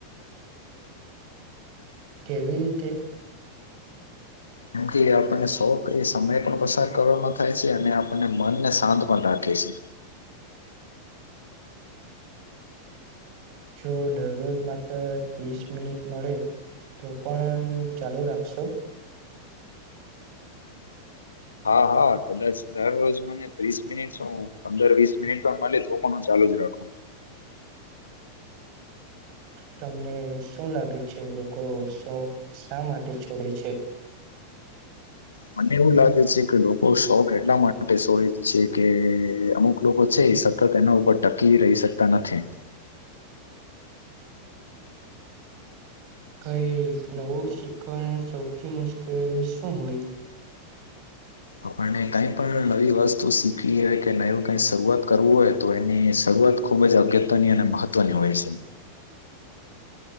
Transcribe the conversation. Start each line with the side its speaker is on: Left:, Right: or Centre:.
Right: કેવી રીતે?
Left: કેમ કે એ આપણને શોખ એ સમય પણ પસાર કરવામાં થાય છે, અને આપણને મનને શાંત પણ રાખે છે,
Right: જો દરરોજ માત્ર ત્રીસ મિનિટ મળે તો પણ ચાલુ રાખશો,
Left: હા હા કદાચ દરરોજ મને ત્રીસ મિનિટ શ પંદર વીસ મિનિટ પણ મળે તો પણ હું ચાલુ જ રાખું,
Right: તમને શું લાગે છે લોકો શોખ શા માટે છોડે છે,
Left: મને એવું લાગે છે, કે લોકો શોખ એટલા માટે સોય છે, કે અમુક લોકો છે એ સતત એના ઉપર ટકી રહી શકતા નથી.
Right: કઈ નવું શીખવાનું સૌથી મુશ્કેલ શું હોય?
Left: આપ આપને કઈ પણ નવી વસ્તુ શીખવી હોય કે નું શરૂઆત કરવું હોય તો એની શઆત ખૂબ જ અગત્યની અને મહત્વની હોય છે,